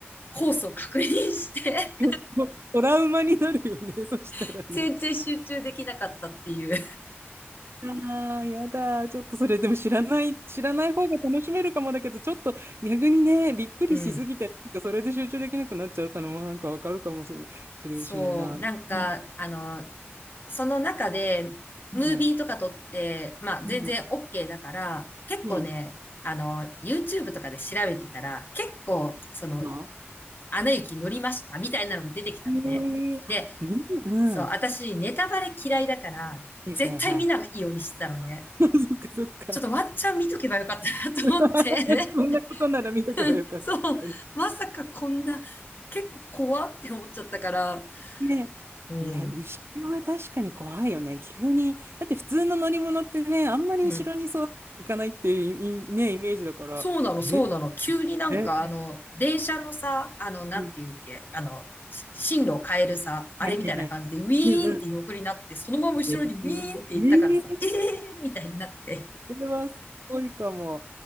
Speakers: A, on the left; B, on the right.
A: コースを確認して
B: <laughs> トラウマになるよね、そしたらね。
A: <laughs> 全然集中できなかったっていう。
B: ああ、やだ。ちょっとそれ、でも知らない、知らない方が楽しめるかもだけど、ちょっと逆にね、びっくりしすぎて、
A: うん。
B: なんかそれで集中できなくなっちゃったのもなんかわかるかもする、するしねえな。
A: そう。なんか、
B: うん。
A: あの、その中で、ムービーとか撮って、
B: うん。
A: まあ全然
B: うん。
A: OK だから、結構ね、
B: うんいい
A: あの、YouTube とかで調べてたら、結構、その、
B: の
A: アナ雪乗りましたみたいなのが出てきたのね。
B: えー、あみんな、
A: で、
B: うん。
A: そう、私、
B: は
A: ネタバレ嫌いだから、
B: いはいはい。
A: 絶対見ないようにしてたのね。
B: <laughs> そっかそっか。
A: ちょっとワンチャン見とけばよかったなと思って
B: <laughs> こんなことなら見とけばよかった。
A: <laughs> そう、まさかこんな、結構怖って思っちゃったから、
B: ね、
A: うん、
B: いや、後ろは確かに怖いよね。急に。だって普通の乗り物ってね、あんまり後ろにそう行かないっていういね、
A: うん、
B: イメージだから、
A: そうなの、
B: え、
A: そうなの。急になんか、
B: <laughs> え、
A: あの、電車のさ、あの、なんていうっけ、
B: うん、
A: あの、し進路を変えるさ、あれみたいな感じで、
B: はいはい
A: ウィーンって横になって、
B: うんうん。
A: そのまま後ろにウィーンって行ったからさ、
B: えー、
A: ええー、みたいになって。
B: それはすごいかも。